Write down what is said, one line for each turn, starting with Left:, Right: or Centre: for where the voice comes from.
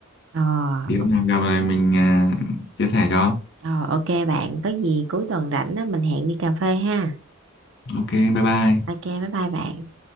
Right: Ờ,
Left: Thì hôm
Right: ok
Left: nào gặp này mình à, chia sẻ cho.
Right: ờ, ok bạn, có gì cuối tuần rảnh á, mình hẹn đi cà phê ha.
Left: Ok, bye bye.
Right: Ok, bye bye bạn.